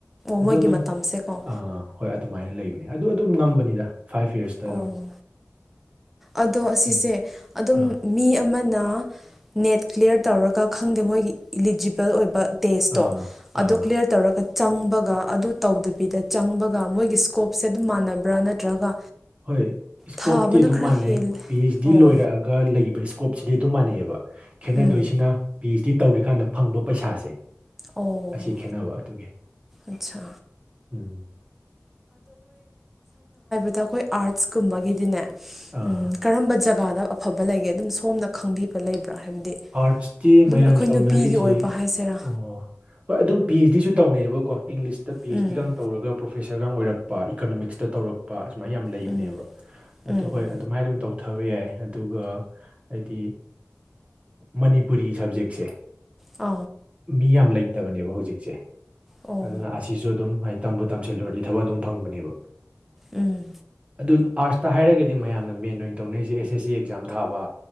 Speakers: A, in the centre; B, on the right.
A: ꯃꯣꯏꯒꯤ
B: ꯑꯣ ꯑꯗꯨꯝ
A: ꯃꯇꯝꯁꯦꯀꯣ
B: ꯑ ꯍꯣꯏ ꯑꯗꯨꯃꯥꯏꯅ ꯂꯩꯕ ꯑꯗꯨ ꯑꯗꯨꯝ ꯉꯝꯕꯅꯤꯗ ꯐꯥꯏꯚ ꯌꯔꯁꯇ
A: ꯑꯣ
B: ꯑꯗꯨꯝ
A: ꯑꯗꯣ ꯑꯁꯤꯁꯦ
B: ꯎꯝ
A: ꯑꯗꯨꯝ
B: ꯑꯥ
A: ꯃꯤ ꯑꯃꯅ ꯅꯦꯠ ꯀ꯭ꯂꯤꯌꯥꯂꯤꯌꯥꯔ ꯇꯧꯔꯒ ꯈꯪꯗꯦ ꯃꯣꯏꯒꯤ ꯏꯂꯤꯖꯤꯕꯜ ꯑꯣꯏꯕ ꯇꯦꯁꯇꯣ
B: ꯑꯥ
A: ꯑꯗꯣ
B: ꯑꯥ
A: ꯀ꯭ꯂꯤꯌꯥꯔ ꯇꯧꯔꯒ ꯆꯪꯕꯒ ꯑꯗꯨ ꯇꯧꯗꯕꯤꯗ ꯆꯪꯕꯒ ꯃꯣꯏꯒꯤ ꯁ꯭ꯀꯣꯞꯁꯦ ꯑꯗꯨꯝ ꯃꯥꯟꯅꯕ꯭ꯔꯥ ꯅꯠꯇ꯭ꯔꯒ
B: ꯍꯣꯏ ꯏꯁꯀꯣꯞꯇꯤ
A: ꯊꯥꯕꯅ
B: ꯑꯗꯨꯝ
A: ꯈꯔ
B: ꯃꯥꯟꯅꯩ
A: ꯍꯦꯜꯂꯦ
B: ꯄꯤ ꯑꯩꯆ
A: ꯑꯣ
B: ꯂꯣꯏꯔꯛꯑꯒ ꯂꯩꯕ ꯏꯁꯀꯣꯞꯁꯤꯗꯤ ꯑꯗꯨꯝ ꯃꯥꯟꯅꯩꯌꯦꯕ ꯈꯦꯠꯅꯗꯣꯏꯁꯤꯅ
A: ꯎꯝ
B: ꯄꯤ ꯑꯩꯆ ꯗꯤ ꯇꯧꯔꯤꯀꯥꯟꯗ ꯐꯪꯕ ꯄꯩꯁꯥꯁꯦ
A: ꯑꯣ
B: ꯑꯁꯤ ꯈꯦꯅꯕ ꯑꯗꯨꯒꯤ
A: ꯑꯠꯆꯥ
B: ꯎꯝ
A: ꯗ ꯑꯩꯈꯣꯏ ꯑꯥꯔꯠꯁ ꯀꯨꯝꯕꯒꯤꯗꯤꯅꯦ
B: ꯑꯥ
A: ꯀꯔꯝꯕ ꯖꯒꯥꯗ ꯑꯐꯕ ꯂꯩꯒꯦ ꯑꯗꯨꯝ ꯁꯣꯝꯅ ꯈꯪꯕꯤꯕ ꯂꯩꯕ꯭ꯔꯥ ꯍꯥꯏꯕꯗꯤ
B: ꯑꯥꯔꯠꯁꯇꯤ
A: ꯑꯗꯨꯝ
B: ꯃꯌꯥꯝ
A: ꯑꯩꯈꯣꯏ
B: ꯇꯧꯅꯔꯤꯁꯤ
A: ꯅꯨꯄꯤꯒꯤ ꯑꯣꯏꯕ ꯍꯥꯏꯁꯤꯔꯥ
B: ꯑꯣ ꯍꯣꯏ ꯑꯗꯨꯝ ꯄꯤ ꯑꯩꯆ ꯗꯤꯁꯨ ꯇꯧꯅꯦꯩꯕꯀꯣ ꯏꯪꯂꯤꯁꯇ ꯄꯤ
A: ꯎꯝ
B: ꯑꯩꯆ ꯗꯤꯒ ꯇꯧꯔꯒ ꯄ꯭ꯔꯣꯐꯦꯁꯔꯒ ꯑꯣꯏꯔꯛꯄ ꯏꯀꯅꯣꯃꯤꯛꯁꯇ ꯇꯧꯔꯛꯄ ꯁꯨꯃꯥꯏꯅ ꯌꯥꯝꯅ ꯂꯩꯕꯅꯦꯕ
A: ꯎꯝ ꯎꯝ
B: ꯑꯗꯨ ꯍꯣꯏ ꯑꯗꯨꯃꯥꯏꯅ ꯑꯗꯨꯝ ꯇꯧ ꯊꯕ ꯌꯥꯏ ꯑꯗꯨꯒ ꯍꯥꯏꯗꯤ ꯃꯅꯤꯄꯨꯔꯤ ꯁꯕꯖꯦꯛꯁꯦ
A: ꯑ
B: ꯃꯤ ꯌꯥꯝ ꯂꯩꯇꯕꯅꯦꯕ ꯍꯧꯖꯤꯛꯁꯦ
A: ꯑꯣ
B: ꯑꯗꯨꯅ ꯑꯁꯤꯁꯨ ꯑꯗꯨꯝ ꯍꯥꯏ ꯇꯝꯕꯨ ꯇꯝꯁꯤꯜꯂꯨꯔꯗꯤ ꯊꯕꯛ ꯑꯗꯨꯝ ꯐꯪꯕꯅꯦꯕ
A: ꯎꯝ
B: ꯑꯗꯨ ꯑꯥꯔꯠꯁꯇ ꯍꯥꯏꯔꯒꯗꯤ ꯃꯌꯥꯝꯅ ꯃꯦꯟ ꯑꯣꯏꯅ ꯇꯧꯅꯔꯤꯁꯦ ꯑꯦꯁ ꯑꯦꯁ ꯁꯤ ꯑꯦꯛꯖꯥꯝ ꯊꯥꯕ